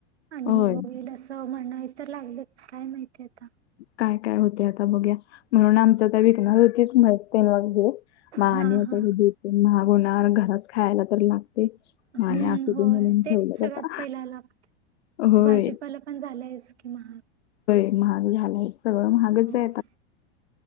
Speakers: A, on the right; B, on the left.
A: आणि
B: होय
A: होल. त म्हणन हे तर लागलेत काय माहितीय आता.
B: काय काय होते आता बघया म्हणून आम सध्या विकणार होती माहित नाही मग हे
A: हा
B: आणि आता
A: हा
B: महाग होणार घरात खायला तर लागते.
A: हम्म
B: मग आणि असू
A: होय
B: दे म्हणून ठेवलं
A: ते सगळ्यात
B: आता
A: पहिला लागते
B: होय
A: भाजीपाला पण झालं आहेस कि महाग.
B: होय महाग झालाय सगळं महागच
A: हो.
B: आहे आता.